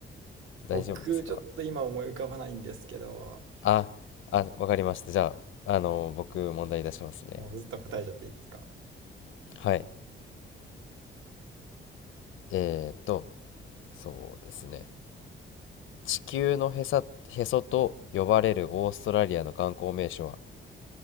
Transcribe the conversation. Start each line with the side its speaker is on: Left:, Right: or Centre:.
Left: 大丈夫ですか
Right: 僕、ちょっと今思い浮かばないんですけど、
Left: ああわかりましたじゃああの僕問題出しますね
Right: もうずっと答えちゃっていいですか
Left: はいえーっとそうですね地球のへさへそと呼ばれるオーストラリアの観光名所は